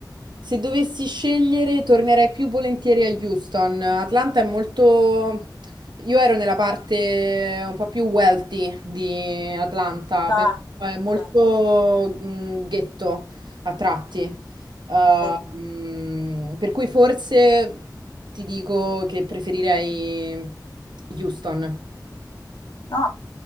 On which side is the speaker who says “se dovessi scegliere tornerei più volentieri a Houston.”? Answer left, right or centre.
Right